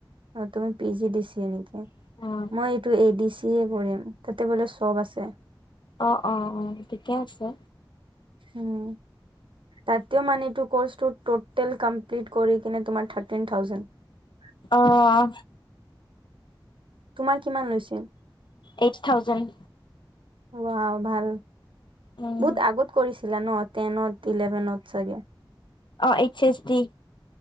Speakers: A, on the right; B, on the left.
A: অ তুমি পি জি দিছিয়ে নেকি।
B: এ
A: মই এইটো এ দি চি যিয়ে কৰিম তাতে বোলে চব আছে।
B: অ অ অ ঠিকে আছে।
A: উম তাতও মানে এইপটো কৰ্চটো টোতেল কম্পিল কৰি কিনে তোমাৰ থাৰ্তিন থাউচেনট
B: আহ
A: তোমাৰ কিমান লৈছে?
B: এইট থাউজেণ্ড
A: হোৱাও ভাল বহুত
B: উম,
A: আগত কৰিছিলা ন টেনত-ইলেভেনত চাগে
B: অ এইচ এছ ডি